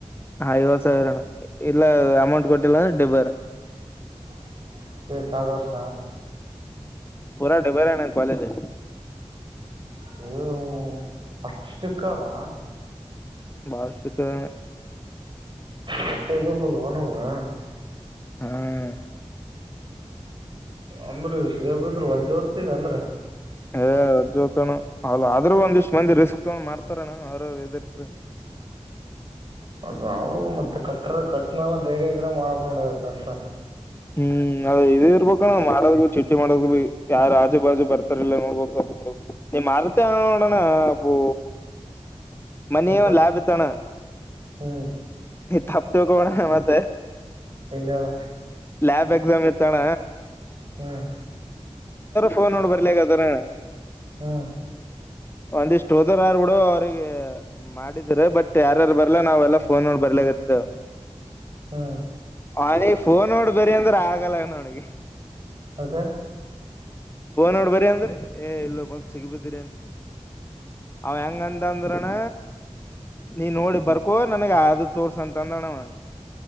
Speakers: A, on the left; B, on the right.
A: ಐವತ್ ಸಾವಿರಣ ಇಲ್ಲ ಅಮೌಂಟ್ ಕೊಟ್ಟಿಲ್ಲ ಅಂದ್ರೆ ಡಿಬ್ಬರ
B: <unintelligible> ಎ <unintelligible> ಸಾಡು ವರ್ಷ
A: ಪೂರ ಡಿಬರಣ ಕಾಲೇಜ್
B: ಅಯ್ಯೋ <unintelligible> ಅಷ್ಟ ಸ್ಟ್ರಿಕ್ಕದಾ
A: ಬಹಳಸ್ಟಿಕದಣ್ಣ
B: ಗೊತ್ತಿದ್ದಲೊ ನಮಗೆ
A: ಹ್ಮ್
B: ಅಂದ್ರ ಸೇಗೆಬಿದ್ರ ವಜ್ಜ ಹೊತ್ತಗ ಅಂದ್ರ
A: ಹಾ ಜ್ೋತಣ ಅ ಆದ್ರೂ ಒಂದಿಷ್ಟ್ ಮಂದಿ ರಿಸ್ಕ್ ತಗೊಂಡ್ ಮಾಡ್ತಾರಣ್ಣ ಅವ್ರಿರ್ತ
B: ನಾವು ಮತ್ತೆ ಕಟ್ರ ಕಟ್ನ ಧೈರ್ಯದ್ರ ಮಾಡಕೊಂಡದ ಸರ್ಸ
A: ಹ್ಮ್ ಅದ ಇದು ಇರ್ಬೇಕಣ ಮಾಡೋದ್ ಭ ಚಿಟ್ಟಿ ಮಾಡದ್ ಭೀ ಯಾರ ರಾಜು ಬಾಜು ಬರ್ತಾರಲ್ಲಾ ನೋಡ್ಬಬೇಕ ನಿಮ್ಮ್ ಮರತ ನೋಡೋಣ ಅಬ ಮನ
B: ಯಾಕ
A: ಒಂದ ಲಯಾಬ್ ಇತ್ತಣ್ಣ
B: ಹ್ಮ್
A: ಈ ತಪ್ ತಕೋಣ ಮತ್ತೆ
B: ಇಲ್ಲಳ
A: ಆಬ್ ಎಕ್ಸಾಮ್ ಎತ್ತಣ
B: ಹ್ಮ್
A: ಫೋನ್ ನೋಡ್ ಬರ್ಲಿಕ್ಕದಾರ
B: ಹ್ಮ್
A: ಒಂದಿಷ್ಟ್ ಹೋದರ್ ಯಾರ್ ಬಿಡು ಅವ್ರಿಗೆ ಮಾಡಿದ್ರ ಬಟ್ ಯಾರ್ಯಾರು ಬರ್ಲಾ ನಾವ್ೆಲ್ಲ ಫೋನ್ ನೋಡ್ಬ ಬರ್ಲಾಗತ್ತದು
B: ಹ್ಮ್
A: ಅವನ ಫೋನ್ ನೋಡ್ ಬರರಿ ಅಂದ್ರೆ ಆಗಲ್ಲ ನೋಡಿಗೆ
B: ಕೆ
A: ಫೋನ್ ನೋಡ್ ಬರಿ ಅಂದ್ರೆ ಏ ಇಲ್ಲ ಮತ್ ಸಿಗಬಿದ್ದಿರಿ ಏನ್ ಅವ ಹೆಂಗಂತ ಅಂದ್ರನ ನೀ ನೋಡಿ ಬರ್ಕೊ ನನ್ಗ ಅ ತೋರ್ಸ ಅಂತ ಅಂದಣ ನನ